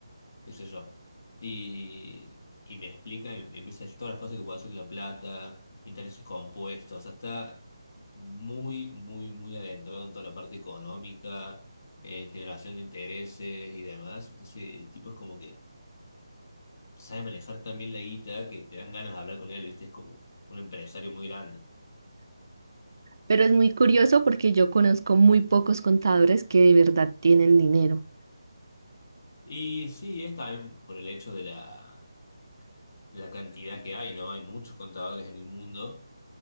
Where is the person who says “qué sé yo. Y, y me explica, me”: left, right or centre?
Left